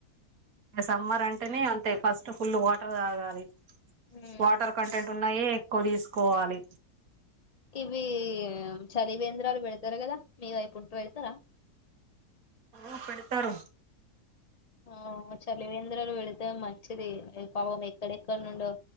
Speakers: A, on the right (about 65°); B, on the left (about 35°).
A: సమ్మర్ అంటేనే అంతే ఫస్ట్ ఫుల్ వాటర్ తాగాలి
B: ఉమ్
A: వాటర్ కంటెంట్ ఉన్నాయే ఎక్కువ తీసుకోవాలి
B: ఇవి చలివేంద్రాలు పెడతారు కదా మీ వైపు ఉంటూ పెడతరా
A: అ పెడతారు
B: ఆ చలివేంద్రలు పెడితే మంచిది పాపం ఎక్కడెక్కడ నుండో